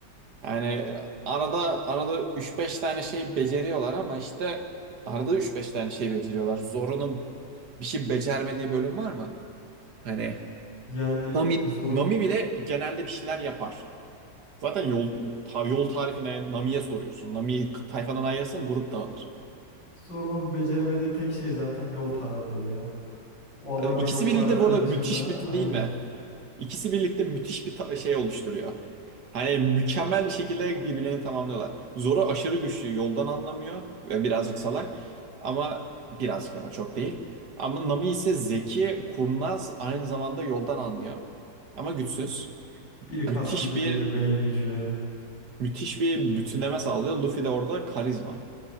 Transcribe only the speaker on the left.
Yani
Zoro'nun
Zoro'nun beceremediği tek şey zaten yol tarifleri ya. O adama
yol
tarifleri
dışında
aynen.
Evet. Biri kas
gücü,
diğeri beyin gücü yani.